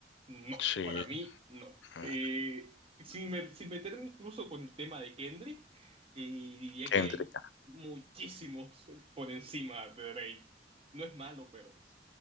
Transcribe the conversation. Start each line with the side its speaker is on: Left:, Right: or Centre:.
Right: no,
Left: sí,
Right: para mí no.
Left: mm,
Right: Eh, sin, me- sin meterme incluso con el tema de Kendrick, eh, diría
Left: Kendrick.
Right: que hay muchísimos por encima de Drake. No es malo, pero